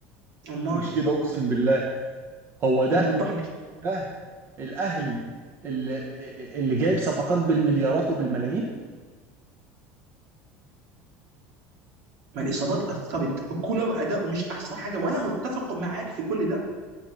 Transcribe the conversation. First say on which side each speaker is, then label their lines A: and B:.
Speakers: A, on the right; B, on the right.
A: امال
B: مش كده اقسم بالله هو ده
A: طب وضح لي
B: ده الاهلي اللي اللي جايب صفقات بالمليارات وبالملايين
A: ما الاصابات اثرت كولر اداؤه مش احسن
B: صفقات
A: حاجه
B: ايه
A: وانا
B: يا
A: متفق معاك في كل ده